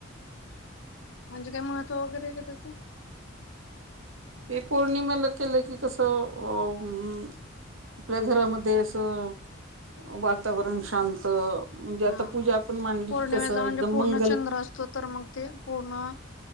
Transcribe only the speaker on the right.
हे पूर्णिमा लग केे ल क कसं. आपल्या घरामध्ये असं वातावरण शांत आता
पूजा
आपण मांडली
की कसं
एकदम
मंगल